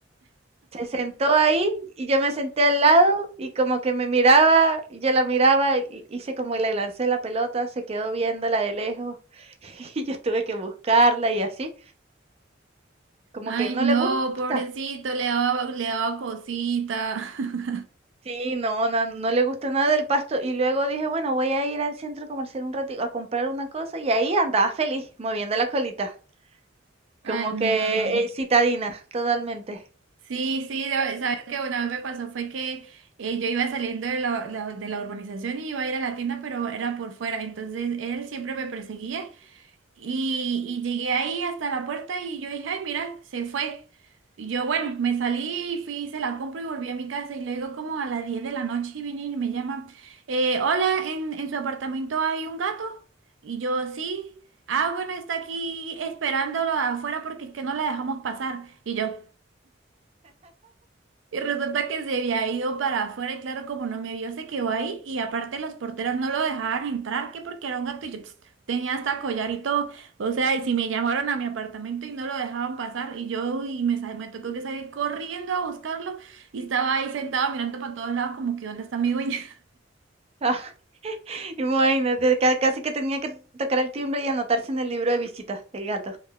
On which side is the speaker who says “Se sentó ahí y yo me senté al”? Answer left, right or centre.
Right